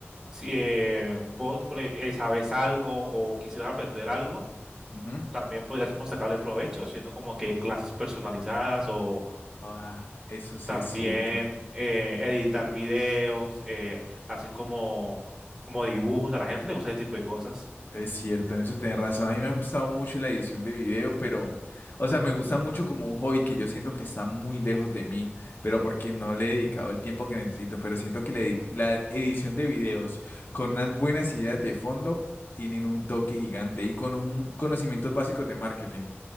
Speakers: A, on the right; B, on the left.
A: si eh, vos por e- eh, sabes algo o quisieras aprender algo,
B: Ujú.
A: también podrías como sacarle provecho haciendo como que clases personalizadas o
B: Ah, eso sí
A: También
B: es cierto.
A: eh, editar videos, eh, hacer como, como dibujos. A la gente le gusta ese tipo de cosas.
B: Es cierto, en eso tenés razón. A mí me ha gustado mucho la edición de video, pero, o sea, me gusta mucho como un hobby que yo siento que está muy lejos de mí, pero porque no le he dedicado el tiempo que necesito. Pero siento que la, edi- la edición de videos con unas buenas ideas de fondo tienen un toque gigante y con un conocimiento básico de marketing.